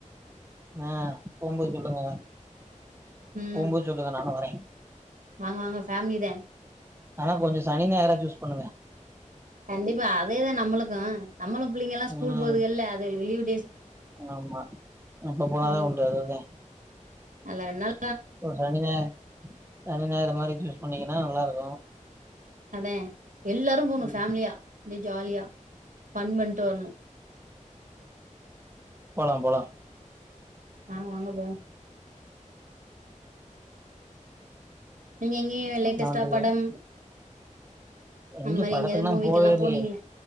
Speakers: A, on the right; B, on the right.
A: ஆஹ் போம்போது சொல்லுங்க
B: ம்
A: போம்போது சொல்லுங்க நானும் வரேன்
B: வாங்க வாங்க ஃபேமிலி தா
A: ஆனா கொஞ்சம் சனி ஞாயிறா சூஸ் பண்ணுங்க
B: கண்டிப்பா அதேதா நம்மளுக்கும் நம்மளும் பிள்ளைங்க எல்லா ஸ்கூல்
A: ம்
B: போகுதுங்கல்ல அதுகளுக்கு லீவு
A: ஆமா இப்ப போனாதா
B: ம்
A: உண்டு அதுதா
B: நல்லா ரெண்டு நாள்
A: ச சனி ஞா சனி ஞாயிறு மாதிரி சூஸ் பண்ணிங்கன்னா நல்லா இருக்கும்
B: அதான் எல்லாரும் போணும்
A: ம்
B: ஃபேமிலியா அப்டியே ஜாலியா ஃபன் பண்ணிட்டு வரணும்
A: போலாம் போலாம்
B: வாங்க வாங்க போவோம் நீங்க எங்கேயும் லேட்டஸ்ட்டா
A: நன்றி
B: படம்
A: எங்க
B: அந்த மாரி
A: படத்துகெல்லாம்
B: எங்கேயாவது மூவிக்கெல்லா
A: போவே இலையே
B: போனீங்களா